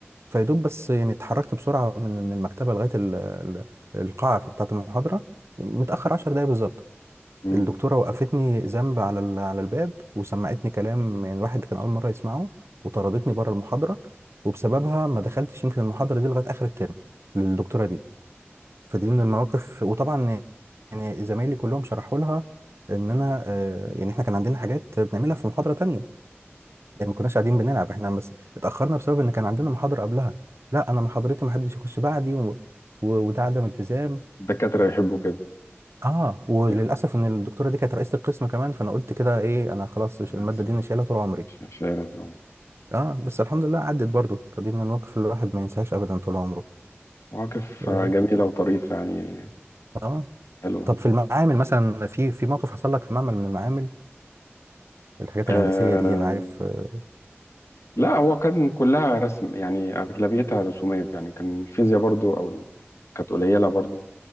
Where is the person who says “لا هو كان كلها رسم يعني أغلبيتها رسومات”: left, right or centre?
Left